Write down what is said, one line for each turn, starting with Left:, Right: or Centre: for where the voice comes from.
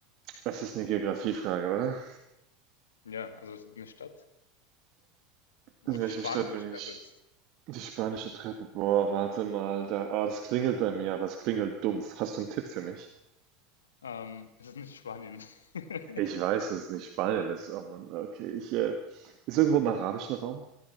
Right: das ist eine Geografiefrage, oder?
Left: Ja, also es ist eine Stadt, wo
Right: In welcher
Left: die spanische
Right: Stadt bin
Left: Treppe
Right: ich?
Left: ist.
Right: Die spanische Treppe. Boah, warte mal, da. Ah, das klingelt bei mir, aber es klingelt dumpf. Hast du einen Tipp für mich?
Left: Ähm, es ist nicht Spanien. <laughs>
Right: Ich weiß, es nicht Spanien ist, oh Mann. Okay, ich, äh, ist irgendwo im arabischen Raum?